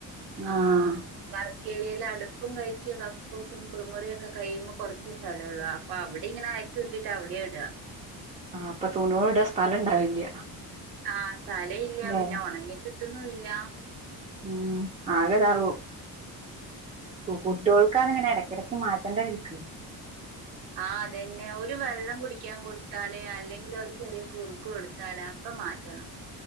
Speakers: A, on the right; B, on the right.
A: ആ.
B: ആഹ്
A: വർക്ക്‌ ഏരിയായിൽ അടുപ്പും കഴിച്ച് കക്കൂസും കുളിമുറിയൊക്കെ കഴിയുമ്പോ കുറച്ച്. സ്ഥലയുള്ളൂ, അപ്പൊ അവിടെ ഇങ്ങനെ അയക്ക് കെട്ടിയിട്ട് അവിടെയാ ഇട്.
B: ആഹ് അപ്പൊ തുണുകൾ ഇടാ സ്ഥലം ഇണ്ടാവില്ല.
A: ആഹ് സ്ഥലല്ല
B: ല്ലേ
A: പിന്നെ ഉണങ്ങി കിട്ട്ന്നുഇല്ല.
B: ഉം ആഗതാവും. കുട്ടോൾകങ്ങ നെയാണ് ഇങ്ങനെ ഇടക്കിടക്ക് മാറ്റേണ്ട വൽക്ക്.
A: ആഹ് അതന്നെ ഒരു വെള്ളം കുടിക്കാൻ കൊടുത്താല് അല്ലെങ്കിൽ ഒരു ചെറിയ കുറുക്ക് കൊടുത്താലാ. പ് മാറ്റണം.